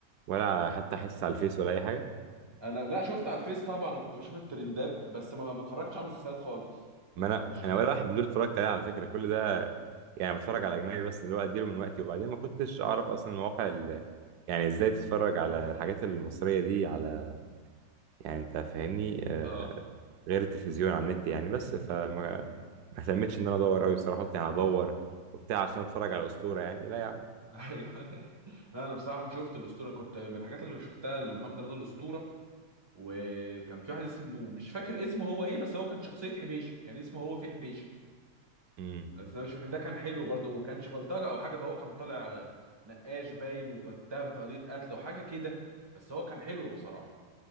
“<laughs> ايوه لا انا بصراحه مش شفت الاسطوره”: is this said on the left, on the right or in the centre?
Right